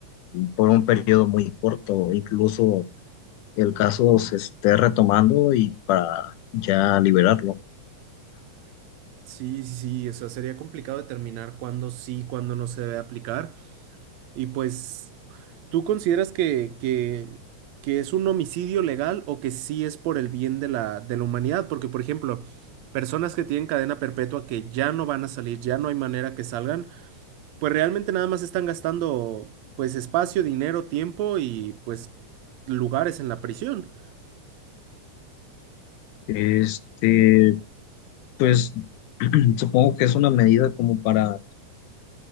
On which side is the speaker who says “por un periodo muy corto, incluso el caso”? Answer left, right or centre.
Left